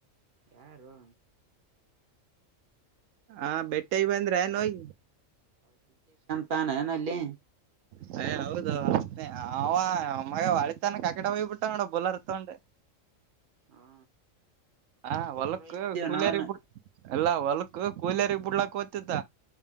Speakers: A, on the right (about 50°); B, on the right (about 80°).
A: ಯಾರು
B: ಹಾ ಬೆಟ್ಟಿಗೆ ಬಂದ್ರೆನ್ ಹೋಗಿ
A: ತಾನೆನಲ್ಲೇ
B: ಸೇ ಹೌದು ಅವ ಮ್ಮಗ ಒಳಿತಾನ ಕಾಕಡೆ ಹೋಗ್ಬಿಟ್ಟ ನೋಡ್ ಬುಲರ ತಗೊಂಡ್. <inaudible>
A: ಹ
B: ಹ
A: ಬುಲರ್
B: ಹೊಲಕ್
A: ಒಯ್ದಿದ್ದೇವ
B: ಕೂಲಿಯರ್
A: ನಾವ್ನು
B: ಇಬ್ರು ಎಲ್ಲಾ ಹೊಲ ಕೋಲಿಯಾರಿಗೆ ಬಿಡ್ಲಾಕ್ ಹೋತಿದ್ದ.